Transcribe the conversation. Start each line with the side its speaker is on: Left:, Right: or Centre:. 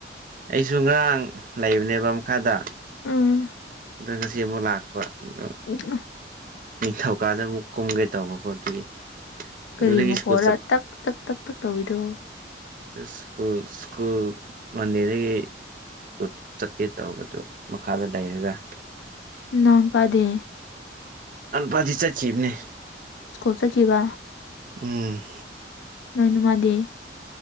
Right: ꯑꯩꯁꯨ ꯉꯔꯥꯡ ꯂꯩꯕꯅꯦꯕ ꯃꯈꯥꯗ
Left: ꯎꯝ
Right: ꯗꯣ ꯉꯁꯤ ꯑꯃꯨꯛ ꯂꯥꯛꯄ ꯑꯗꯣ
Left: <unintelligible>
Right: ꯅꯤꯡꯊꯧꯀꯥꯗ ꯑꯃꯨꯛ ꯀꯨꯝꯒꯦ ꯇꯧꯕꯀꯣ ꯑꯗꯨꯒꯤ
Left: ꯀꯔꯤ
Right: ꯑꯗꯨꯗꯒꯤ
Left: ꯃꯈꯣꯜꯂ
Right: ꯁ꯭ꯀꯨꯜ ꯆꯠ
Left: ꯇꯛ ꯇꯛ ꯇꯛ ꯇꯛ ꯇꯧꯔꯤꯗꯣ
Right: ꯑꯗ ꯁ꯭ꯀꯨꯜ ꯁ꯭ꯀꯨꯜ ꯃꯟꯗꯦꯗꯒꯤ ꯁ꯭ꯀꯨꯜ ꯆꯠꯀꯦ ꯇꯧꯕꯗꯨ ꯃꯈꯥꯗ ꯂꯩꯔꯒ
Left: ꯅꯅꯥꯎꯅꯨꯄꯥꯗꯤ
Right: ꯑꯅꯥꯎꯄꯥꯗꯤ ꯆꯠꯈꯤꯕꯅꯦ
Left: ꯁ꯭ꯀꯨꯜ ꯆꯠꯈꯤꯕ
Right: ꯎꯝ
Left: ꯅꯣꯏ ꯅꯃꯥꯗꯤ